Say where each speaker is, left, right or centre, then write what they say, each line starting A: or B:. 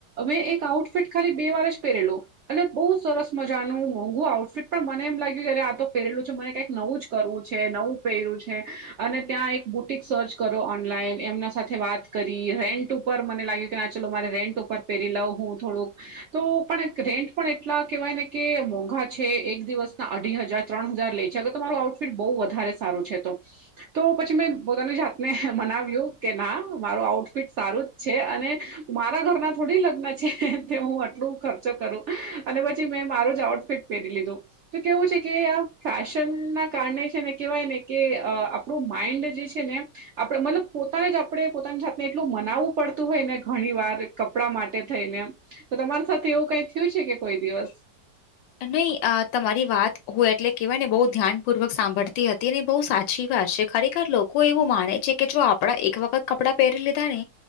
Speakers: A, on the right; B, on the left.
A: મેં એક આઉટફિટ ખાલી બે વાર જ પહેરેલો. અને બહુ સરસ મજા નું મોંઘું આઉટફિટ પણ મને એમ લાગ્યું કે જ્યારે આ તો પહેરેલું છે મને કઈ નવું જ કરવું છે નવું પહેર્યું છે અને ત્યાં એક બુટિક સર્ચ કરો ઓનલાઈન એમના સાથે વાત કરી રેન્ટ ઉપર મને લાગે કે ચાલ મારે રેન્ટ ઉપર પહેરી લવ હું થોડુંક તો પણ રેન્ટ પણ એટલા કહેવાય ને કે મોંઘા છે એક દિવસના અઢી હજાર ત્રણ હજાર લે છે અગર તમારું આઉટ ફિટ બહુ વધારે સારું છે તો. તો પછી મેં પોતાની જાતને મનાવ્યું કે ના મારું આઉટફિટ સારું છે અને મારા ઘરના થોડી લગ્ન છે તે હું આટલું ખર્ચો કરું અને પછી મેં મારું જ આઉટફિટ પહેરી લીધું. તો કેવું છે કે આ ફેશન ના કારણે છે ને કેહેવાય ને કે અ આપ આપણુ માઈન્ડ જે છે ને આપણેે મતલબ પોતાને જ આપણે પોતાની જાત ને એટલું મનાવવું પડતું હોય ને ઘણી વાર કપડા માટે થઈને તો તમારે સાથે એવું કઈ થ્યું છે કે કોઈ દિવસ.
B: <inaudible> નહી અ તમારી વાત હોય એટલે કેહેવાય ને બહુ ધ્યાનપૂર્વક સાંભળતી હતી ને બહુ સાચ ચી વાત છે ખરેખર લોકો એવું માને છે કે જો આપડા એક વખત કપડાં પહેરી લીધા ને